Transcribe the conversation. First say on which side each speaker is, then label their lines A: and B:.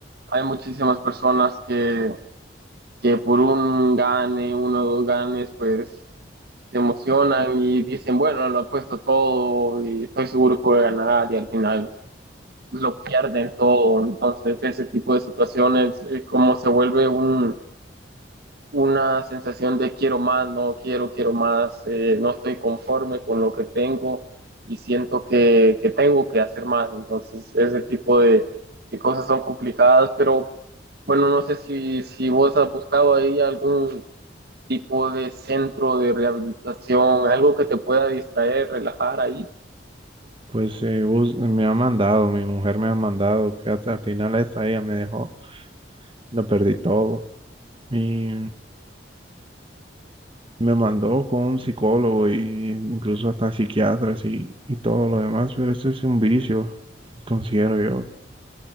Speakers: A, on the right; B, on the right.
A: hay muchísimas personas que, que por un gane, uno o dos ganes, pues se emocionan y dicen, bueno, lo apuesto todo y estoy seguro que voy a ganar y al final lo pierden todo. Entonces, ese tipo de situaciones, eh, como se vuelve un, una sensación de quiero más, no quiero, quiero más, eh, no estoy conforme con lo que tengo y siento que, que tengo que hacer más. Entonces, ese tipo de, de cosas son complicadas, pero bueno, no sé si, si vos has buscado ahí algún tipo de centro de rehabilitación, algo que te pueda distraer, relajar ahí.
B: Pues eh, bus- me ha mandado, mi mujer me ha mandado, que hasta el final esta ella me dejó, lo perdí todo. Y me mandó con un psicólogo y incluso hasta psiquiatras y, y todo lo demás, pero eso es un vicio, considero yo.